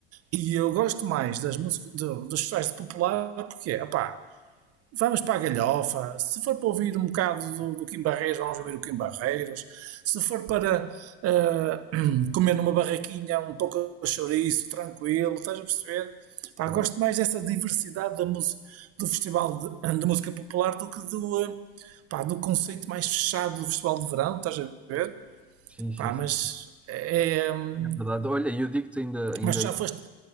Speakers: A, on the right; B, in the centre.
A: E eu gosto mais das músicas, dos festivais de popular, porque, pá, Vamos para a galhofa. Se for para ouvir um bocado do, do Kim Barreiros, vamos ouvir o Kim Barreiros. Se for para uh, <clears throat> comer numa barraquinha um pouco de chouriço, tranquilo, estás a perceber? Pá,
B: Claro.
A: gosto mais dessa diversidade da música, do Festival de, <clears throat> de Música Popular do que do, uh, pá, do conceito mais fechado do Festival de Verão, estás a ver?
B: Sim, sim,
A: Pá,
B: sim.
A: mas é. um,
B: É verdade. Olha, eu digo-te ainda, ainda
A: Mas já foste.